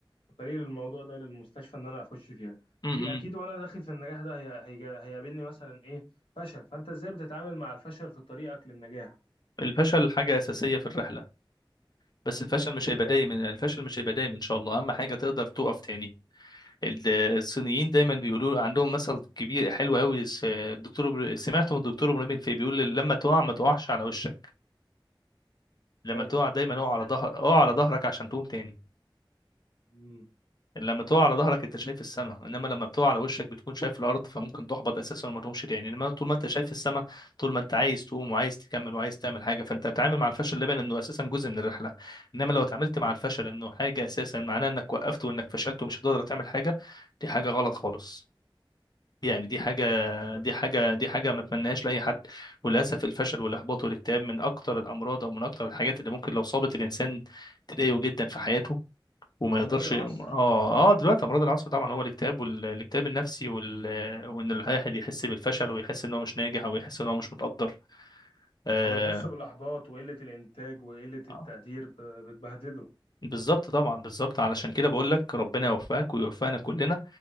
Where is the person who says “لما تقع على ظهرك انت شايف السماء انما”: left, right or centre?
Left